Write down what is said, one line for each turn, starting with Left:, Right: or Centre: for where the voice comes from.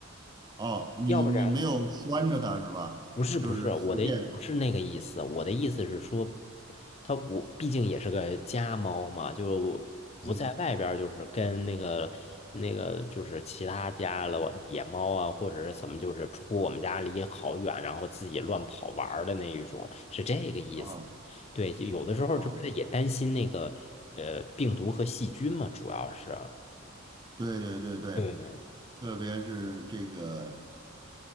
Right: 哦，你你没有拴着它是吧？
Left: 要不然不是不是，
Right: 就是随便，
Left: 我的不是那个意思，我的意思是说，它我毕竟也是个家猫嘛，就不在外边，
Right: 嗯，
Left: 就是跟那个那个就是其他家了野猫啊，或者是怎么，就是出我们家离好远，然后自己乱跑玩儿的那一种，是这个意思。
Right: 啊哦、
Left: 对，就有的时候这不是也担心那个呃病毒和细菌嘛，
Right: 啊哦，
Left: 主要是。
Right: 对对对对，
Left: 对，
Right: 特别是这个。